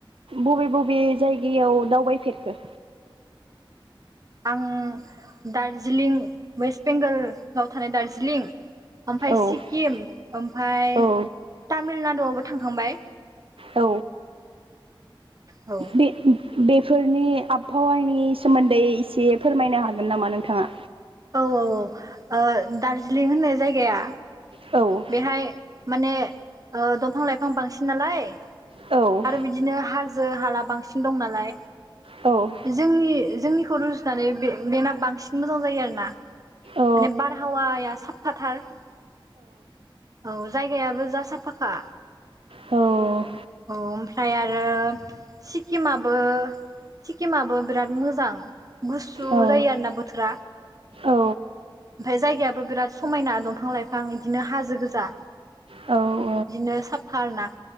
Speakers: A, on the right; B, on the right.
A: बबे बबे जायगायाव दावबायफेरखो?
B: आं दार्जिलिं वेस्ट बेंगल लाव थानाय दार्जिलिं। ओमफाय
A: औ
B: सिक्किम ओमफ्राय
A: औ
B: तामिलनाडुआवबो थांखांबाय।
A: औ
B: औ
A: बे बेफोरनि आबफावानि सोमोन्दै एसे फोरमायनो हागोन नामा नोंथाङा?
B: औ औ औ दार्जिलिं होननाय जायगाया
A: औ।
B: बेहाय माने ओ दंफां लाइफां बांसिन नालाय।
A: औ
B: आरो बिदिनो हाजो हाला बांसिन दं नालाय।
A: औ।
B: जोंनि जोंनिखौ रुजुनानै बे बेना बांसिन मोजां जायो आरो ना।
A: औ
B: माने बारहावाया साफ फाथार औ जायगायाबो जा साफ्फाखा।
A: औ। अ।
B: औ ओमफ्राय आरो सिक्किमाबो सिक्किमाबो बिराद मोजां गुसु
A: औ
B: जायो आरोना बोथोरा।
A: औ
B: ओमफ्राय जायगायाबो बिराद समायना दंफां लाइफां बिदिनो हाजो गोजा।
A: औ।
B: बिदिनो साफ फार ना